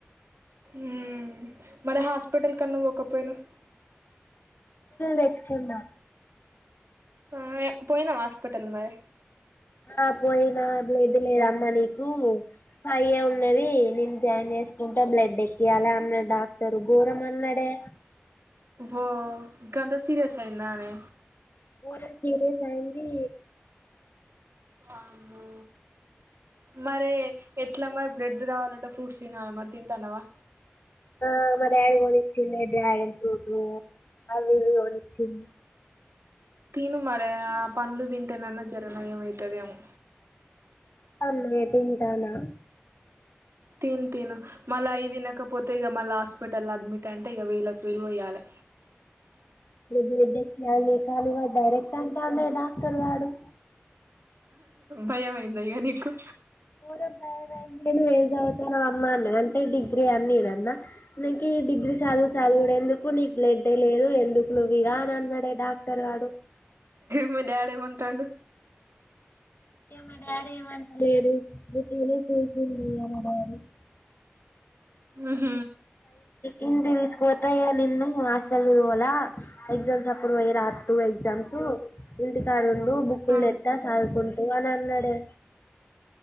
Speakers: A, on the right; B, on the left.
A: ఉమ్ మరి హాస్పిటల్ కన్నా పోకపోయినావు
B: తెచ్చుకున్న
A: ఆ పోయినావా హాస్పిటల్ మరి
B: ఆ పోయినా బ్లడ్ లేదు అమ్మా నీకు అయే ఉన్నది నేను జాయిన్ చేసుకుంటే బ్లడ్ ఎక్కయాలి అన్న డాక్టర్ గోరం ఆనాడే
A: ఓ గంత సిరియాస్ అయిందనే
B: ఘోరంగా సీరియస్ అయింది.
A: ఆమో మరి ఎట్లా మరి బ్లెడ్ రావాలంటే ఫ్రూట్స్ తినాలి మరి తింటానవా
B: ఆ మా డాడీ కొనిచ్చిండే డ్రగన్ ఫ్రూట్ అవివి కొనిచ్చిండు.
A: తిను మరే ఆ పండ్లు తింటేనన్నా జర నయం అయితదేమో.
B: అన్నమే తింటాన్న
A: తిను తిను మళ్ళీ అయి తినకపోతే ఇక మళ్ళా హాస్పిటల్ అడ్మిట్ అంటే ఇక వేలుకి వేలు పోయ్యాలే
B: బ్లడ్ ఎకియలె నిక్ అని డైరెక్ట్ అంటన్డే డాక్టర్ గాడు
A: భయామైంద ఇక నీకు
B: గోరం భయము అయింది నువ్వు ఏం చదువుతనవు అమ్మ అని అంటే డిగ్రీ అన్నినన్నా నికి డిగ్రీ చదువు చదువుడేందుకు నీకు బ్లడ్య లేదు చదుకులుగా అన్నడే డాక్టర్ గాడు
A: మీ డాడే మంటాడు
B: ఇగ మా డాడీ ఏం అంట లేడు <unintelligible> అ
A: ఆహ
B: ఇంటికి తీసుకుతయ్యా నిన్ను హాస్టల్ తోల ఎగ్జామ్స్ అప్రూవ్ అయ్యి రాద్ ఎగ్జామ్స్ ఇంటికాడుండు బుక్కులు
A: ఆ
B: లేద్దా చదుకుంటూ అని అన్నాడే